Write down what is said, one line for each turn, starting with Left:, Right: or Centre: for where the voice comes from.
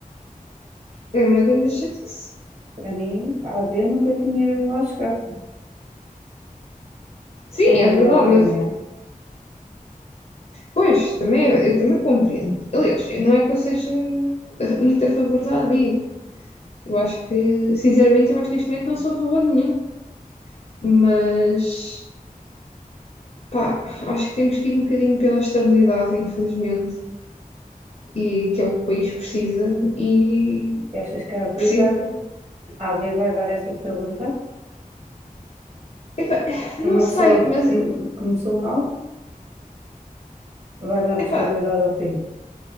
Left: É uma grande chatice.
Right: Para mim, a AD nunca tinha lá chegado.
Left: Sim,
Right: É a
Left: é verdade,
Right: minha opinião.
Left: Pois, também, é, eu também compreendo. Aliás, eu- não é que eu seja muito a favor da AD. Eu acho que, sinceramente, eu acho que neste momento não sou a favor de nenhum. Mas, pá, acho que temos que ir um bocadinho pela estabilidade, infelizmente, e que é o que o país precisa. E,
Right: E achas que a AD
Left: precisa.
Right: dá- a AB vai dar essa estabilidade?
Left: Epá, não
Right: Uma
Left: sei,
Right: pessoa
Left: mas,
Right: que que começou mal vai dar
Left: epá,
Right: estabilidade ao país.